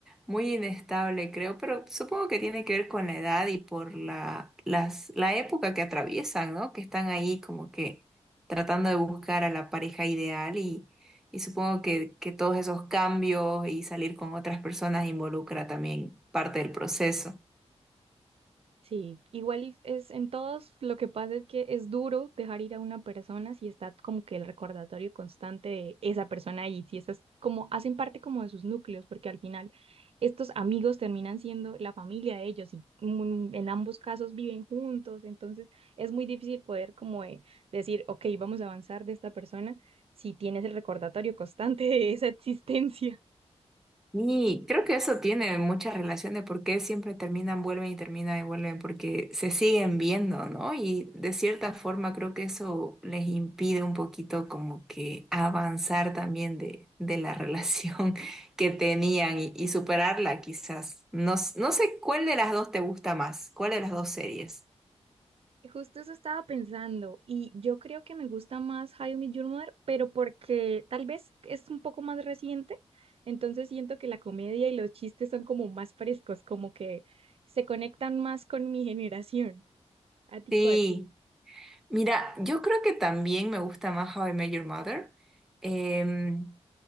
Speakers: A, in the centre; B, on the right (about 55°).
A: muy inestable, creo, pero supongo que tiene que ver con la edad y por la, las, la época que atraviesan, ¿no? Que están ahí como que tratando de buscar a la pareja ideal y, y supongo que, que todos esos cambios y salir con otras personas involucra también parte del proceso.
B: Sí, igual es en todos, lo que pasa es que es duro dejar ir a una persona si está como que el recordatorio constante de esa persona ahí, si esas como hacen parte como de sus núcleos, porque al final estos amigos terminan siendo la familia de ellos y mm, en ambos casos viven juntos, entonces es muy difícil poder como eh, decir, ok, vamos a avanzar de esta persona si tienes el recordatorio constante de esa existencia.
A: Y creo que eso tiene mucha relación de por qué siempre terminan, vuelven y terminan y vuelven, porque se siguen viendo, ¿no? Y de cierta forma creo que eso les impide un poquito como que avanzar también de, de la <laughs> relación que tenían y, y superarla quizás. No, s- no sé cuál de las dos te gusta más, cuál de las dos series.
B: Justo eso estaba pensando y yo creo que me gusta más How I Met Your Mother, pero porque tal vez es un poco más reciente, entonces siento que la comedia y los chistes son como más frescos, como que se conectan más con mi generación. ¿A ti
A: Sí,
B: cuál?
A: mira, yo creo que también me gusta más How I Met Your Mother. Em,